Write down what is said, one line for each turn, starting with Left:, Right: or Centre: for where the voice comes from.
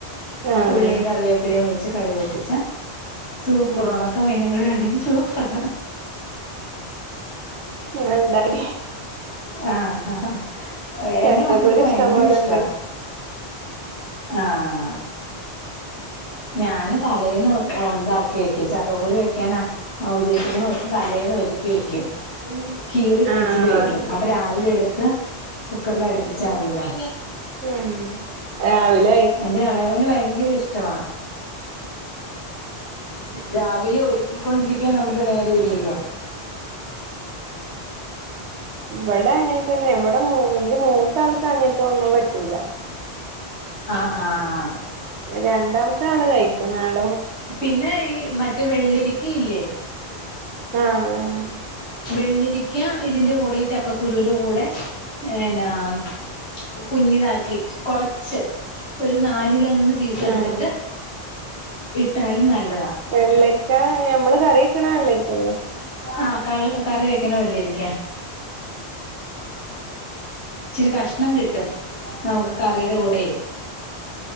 Right: ആഹ്
Left: ഉള്ളിയും കറിവെ അടുപ്പിലും വെച്ച് കടുക് പൊട്ടിച്ച. സൂപ്പറ്
Right: ഉം
Left: ഒണക്ക മീനും കൂടെ ഉണ്ടെങ്കിൽ സൂപ്പർ.
Right: ഇന്നലെ ഇണ്ടായിനി.
Left: ആഹ്
Right: ചക്കക്കുരു
Left: എന്റെ മക്കൾക്ക് ഭയങ്കര
Right: ഇഷ്ടം പോലെണ്ട്
Left: ഇഷ്ടാ. ആഹ് ഞാന് തലേന്ന് ഉ ഇതാക്കി വെക്കും. ചക്കക്കുരു വെക്കാനാ. ഉദ്ദേശിക്കുന്ന ദിവസം തലേന്ന് ഒരുക്കി വെക്കും. കീറി ഫ്രിഡ്ജ്ല്
Right: ആഹ്
Left: വെയ്ക്കും അപ്പൊ രാവിലെ എട്ത്ത് കുക്കറിൽ അടുപ്പിച്ചാ മതിയല്ലോ.
Right: <unintelligible> രാവ് ലെ
Left: എന്റെ എളയവന് ഭയങ്കര ഇഷ്ടമാ രാവിലെ ഒരുക്കിക്കൊണ്ടിരിയ്ക്കാൻ നമുക്ക് നേരം ഇല്ലല്ലോ?
Right: ഇവടെ അങ്ങൻത്തന്നേ ഇവടെ മു ഇന്റെ മൂത്ത ആക്ക് അങ്ങൻത്തെ ഒന്നും പറ്റൂല.
Left: ആഹ് ആഹ്
Right: രണ്ടാമ്ത്തെ ആള് കഴിക്കും. നാട
Left: പിന്നെ ഈ മറ്റേ വെള്ളിരിക്ക ഇല്ലേ?
Right: ആഹ് ആഹ്
Left: വെള്ളിരിക്ക ഇതിന്റെ കൂടെ ഈ ചക്കക്കുരുവിന്റെ കൂടെ എന്നാം കുഞ്ഞിതാക്കി കൊറച്ച് ഒരു നാലിലൊന്ന് പീസെടുത്തിട്ട്
Right: ആഹ്
Left: ഇട്ടാലും നല്ലതാ.
Right: വെള്ളരിക്ക ഞമ്മള് കറി വെക്ക്ണ വെള്ളരിക്കല്ലേ?
Left: ആ കൾ കറി വെക്ക്ണ വെള്ളരിക്ക. ഇച്ചിരി കഷ്ണം കിട്ടും നമുക്ക് കറിയുടെ കൂടെയ്